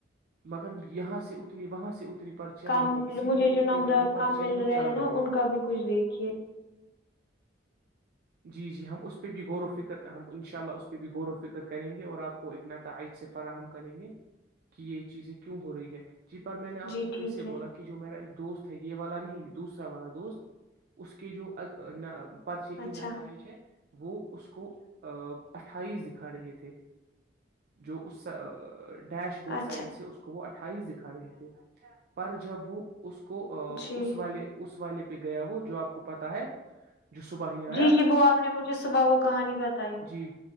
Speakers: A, on the right (about 55°); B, on the left (about 60°).
A: مگر یہاں سے اتنی وہاں سے اتنی پرچیاں
B: کام
A: نہیں دی اسی
B: مجھے
A: لیے ان
B: جو نمرات
A: کے بھی پرچے
B: کام مل
A: وہ
B: رہے
A: چل
B: ہیں نا ان
A: نمبرات
B: کا بھی کچھ دیکھیے
A: جی جی ہم اس پہ بھی غور و فکر ہم ان شاء اللہ اس پہ بھی غور و فکر کریں گے اور آپ کو ا نتائج سے فراہم کریں گے کہ یہ چیزیں کیوں ہو رہی ہے جی پر میں نے آپ
B: جی
A: کو پھر
B: ٹھیک
A: سے
B: ہے
A: بولا کہ جو میرا ایک دوست یہ والا نہیں دوسرا والا دوست اس کے جو پرچی کی
B: اچھا
A: نتائج ہے وہ اس کو کو اٹھائیس دکھا رہے تھے جو اس ڈیش بورڈ
B: اچھا
A: سائڈ سے اس وہ اٹھائیسک کھا رہے تھے پر جب وہ اس کو
B: جی
A: اس والے اس والے پہ گیا وہ جو آپ کو پتا ہے جو صبح ہی
B: جی
A: آیا
B: جی وہ آپ نے مجھے صبح وہ کہانی بتائی
A: جی